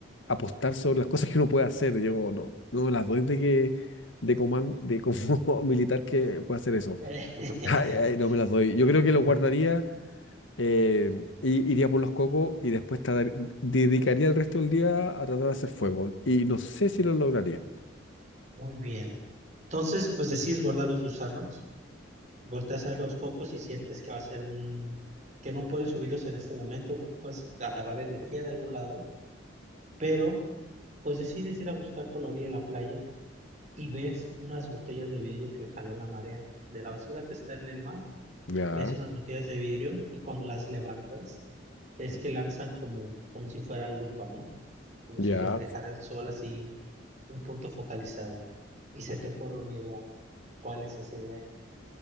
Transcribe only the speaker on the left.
apostar sobre las cosas que uno puede hacer. Yo no, no me las doy de que... De, coman- de como <laughs> militar que pueda hacer eso.
<laughs> Ay, ay, no me las doy. Yo creo
que lo guardaría eh, y iría por los cocos y después tratar- dedicaría el resto del día a tratar de hacer fuego. Y no sé si lo lograría.
Ya,
ya.